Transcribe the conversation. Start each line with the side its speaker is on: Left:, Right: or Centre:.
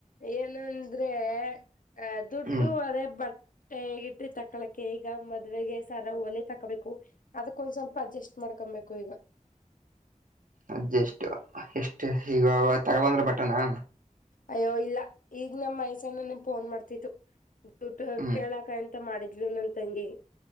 Left: ಏನಂದ್ರೇ ಅ ದುಡ್ಡು
Right: ಹ್ಮ್
Left: ಅದೆ ಬಟ್ ಟೇ ಇಟ್ಟೀರ್ ತಕ್ಕಳಕ್ಕೆೆ ಈಗ ಮದ್ವೆೆಗೆ ಸರಾ ಓಲೆ ತಕ್ಕೊಬೇಕು ಅದುಕ್ಕೊಂದ್ ಸ್ವಲ್ಪ ಅಡ್ಜಸ್ಟ್ ಮಾಡ್ಕೊಬೇಕು ಈಗ
Right: ಅಜ್ಜೆಸ್ಟು ಎಷ್ಟು ಈಗ ತಗೊಬಂದ್ರ ಬಟ್ಟೆನಾ
Left: ಅಯ್ಯೋ ಇಲ್ಲ ಈಗ ನಮ್ಮ ಮೈಸಣ್ಣನೆ ನಿ ಫೋನ್ ಮಾಡ್ತಿತ್ತು ದುಡ್
Right: ಹ್ಮ್
Left: ಕೇಳಕಂತ ತ ಮಾಡಿದ್ಲು ನನ್ ತಂಗಿ